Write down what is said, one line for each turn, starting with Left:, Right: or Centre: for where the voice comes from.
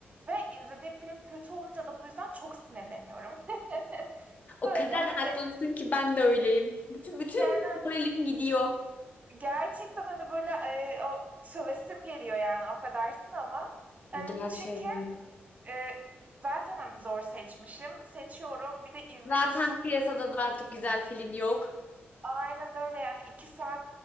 Right: ve izlediğim film kötü olunca da bu yüzden çok sinirleniyorum. <laughs>
Left: O
Right: Öyle
Left: kadar
Right: hani,
Left: haklısın ki ben de öyleyim. Bütün bütün
Right: yani, hani,
Left: moralim gidiyor.
Right: gerçekten, hani, böyle, eee, o sövesim geliyor yani, affedersin ama. Hani,
Left: Gerçekten.
Right: çünkü, eee, zaten, hani, zor seçmişim, seçiyorum, bir de izliyorsun.
Left: Zaten piyasada da artık güzel film yok.
Right: Aynen öyle yani 2 saat